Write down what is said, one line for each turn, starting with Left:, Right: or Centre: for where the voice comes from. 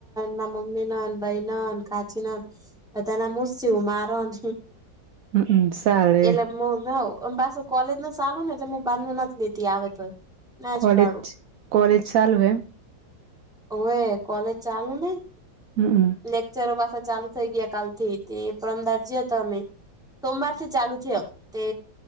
Centre: મા મમ્મી ના ભાઈ ના કાચી ના બધાના મુસી હું મારો ન
Right: હમ ચાલે
Centre: એટલે પાછું કોલેજ ન ચાલું ને એટલે હું બાંધું નથી લીધી આવે તોય ના
Right: કોલેજ
Centre: જ પાડું
Right: કોલેજ ચાલુ એ
Centre: ઓવે કોલેજ ચાલુ નહી
Right: હમ હમ.
Centre: લેકચરો પાછા ચાલુ થઈ ગયા કાલ થી તે એ પરમ દાડ જયો હતો મે. સોમવારથી ચાલુ છે, તે